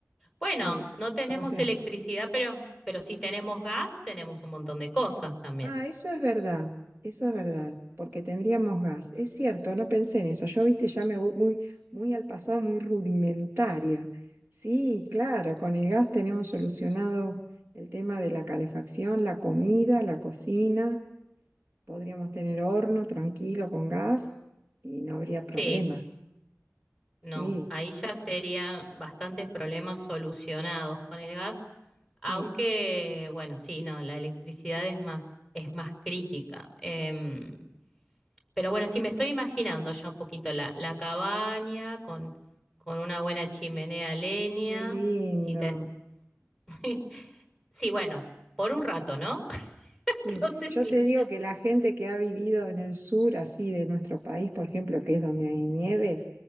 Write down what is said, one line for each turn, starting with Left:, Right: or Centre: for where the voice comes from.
Centre: Bueno,
Right: Eh,
Centre: no tenemos
Right: ¿cómo se?
Centre: electricidad, pero, pero si tenemos gas, tenemos un montón de cosas también.
Right: Ah, eso es verdad, eso es verdad, porque tendríamos gas. Es cierto, no pensé en eso. Yo, viste, ya me voy muy, muy al pasado, muy rudimentaria. Sí, claro, con el gas tenemos solucionado el tema de la calefacción, la comida, la cocina. Podríamos tener horno tranquilo con gas y no habría
Centre: Sí,
Right: problema.
Centre: no,
Right: Sí,
Centre: ahí ya serían bastantes problemas solucionados con el gas.
Right: sí.
Centre: Aunque, bueno, sí, no, la electricidad es más, es más crítica. Em, Pero bueno,
Right: Y-
Centre: sí me estoy imaginando ya un poquito la, la cabaña con, con una buena chimenea a leña.
Right: Qué lindo.
Centre: Sí, ten- <laughs> sí, bueno, por un rato, ¿no? <laughs>
Right: Sí.
Centre: No sé
Right: Yo
Centre: si.
Right: te digo que la gente que ha vivido en el sur, así de nuestro país, por ejemplo, que es donde hay nieve,